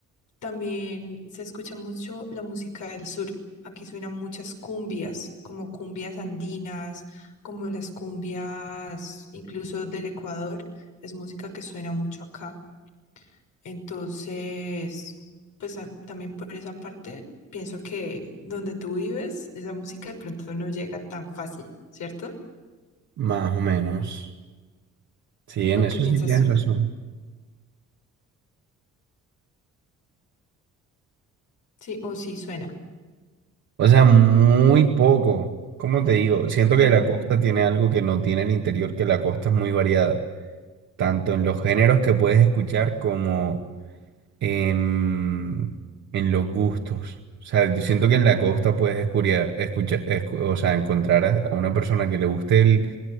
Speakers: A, on the left (about 80°); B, on the right (about 65°).
A: también se escucha mucho la música del sur. Aquí suenan muchas cumbias, como cumbias andinas, como las cumbias incluso del Ecuador. Es música que suena mucho acá. Entonces, pues a- también por esa parte, pienso que donde tú vives, esa música de pronto no llega tan fácil, ¿cierto?
B: Más o menos. Sí, en
A: ¿O
B: eso
A: qué piensas
B: sí tienes
A: tú?
B: razón.
A: Sí, o sí suena.
B: O sea, muy poco. ¿Cómo te digo? Siento que
A: Mm,
B: la costa tiene algo que no tiene el interior, que la costa es muy variada, tanto en los géneros que puedes escuchar como en, en los gustos. O sea, yo siento que en la costa puedes escuchar, o sea, encontrar a, a una persona que le guste el-